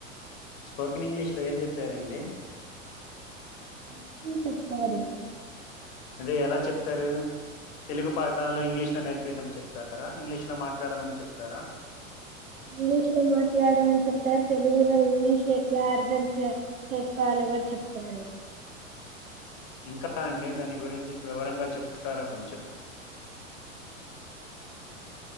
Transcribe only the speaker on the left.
స్పోకెన్ ఇంగ్లీష్లో ఏం చెప్పారండి
అదే ఎలా చెప్తారు తెలుగు పాఠాలు ఇంగ్లీష్ లో నేర్పిడం చెప్తారా ఇంగ్లీష్ లో మాట్లాడమని చెప్తారా
ఇంకా అండి దాని గురించి వివరంగా చెప్తారా కొంచెం